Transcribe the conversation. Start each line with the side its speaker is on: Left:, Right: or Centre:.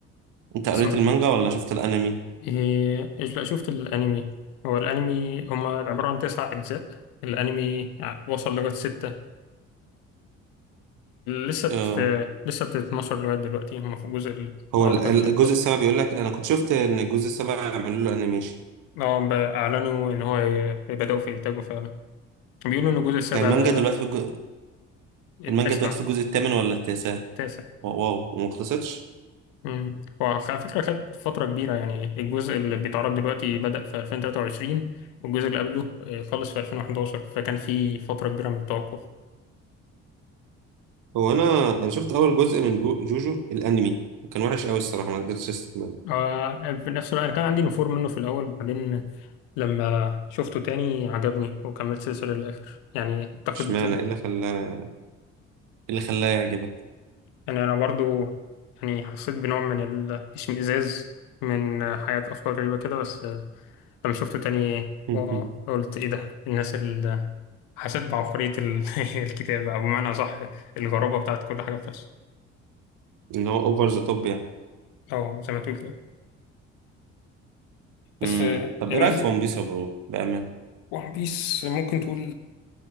Right: انت قريت
Left: تسمع
Right: المانجا ولا شفت الانمي
Left: إيه إيش لا شفت الأنمي هو الأنمي هما عبارة عن تسع أجزاء الأنمي وصل لغاية ستة لسه بت...
Right: اه
Left: لسه بتتنشر لغاية دلوقتي هم في الجزء ال...
Right: هو
Left: أعتقد
Right: ال- ال-
Left: ال
Right: الجزء
Left: 11
Right: السابع بيقول لك انا كنت شفت ان الجزء السابع عملوا له انيميشن
Left: اه بقى أعلنوا إن هو ي- هيبدأوا في إنتاجه فعلا بيقولوا إن الجزء السابع
Right: هي المانجا
Left: ده
Right: دلوقتي في الج...
Left: التاسع
Right: المانجا دلوقتي في الجزء الثامن ولا التاسع
Left: التاسع
Right: واو واو وما خلصتش
Left: امم وعلى فكرة خد فترة كبيرة يعني الجزء اللي بيتعرض دلوقتي بدأ في 2023 والجزء اللي قبله آه، خلص في 2011 فكان في فترة كبيرة من التوقف
Right: هو انا انا شفت اول جزء من جو... جوجو الانمي وكان وحش قوي الصراحة ما قدرتش استحمله
Left: آه، في نفس الوقت أنا كان عندي نفور منه في الأول بعدين لما شفته تاني عجبني وكملت السلسلة للآخر يعني أعتقد
Right: اشمعنى ايه اللي خلاه ايه اللي خلاه يعجبك
Left: يعني أنا برضو يعني حسيت بنوع من الاشمئزاز من حياة أفكار غريبة كده بس لما شفته تاني
Right: <laughs>
Left: قلت إيه ده الناس اللي حسيت بعبقرية ال- <laughs> الكتاب أو بمعنى أصح الغرابة بتاعت كل حاجة بتحصل
Right: ان هو اوفر ذا توب يعني
Left: أو زي ما تقول كده بس
Right: امم طب
Left: الميزة
Right: ايه رايك في ون بيس يا برو بامان
Left: ون بيس ممكن تقول